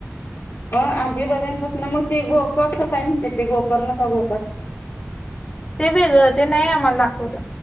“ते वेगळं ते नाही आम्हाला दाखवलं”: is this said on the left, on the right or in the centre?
Left